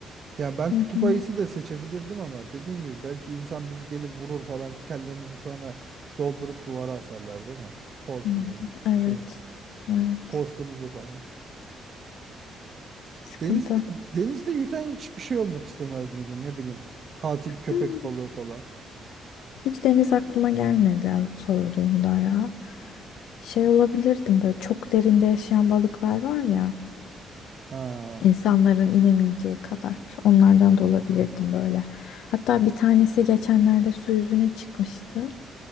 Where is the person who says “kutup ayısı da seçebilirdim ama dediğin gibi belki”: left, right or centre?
Right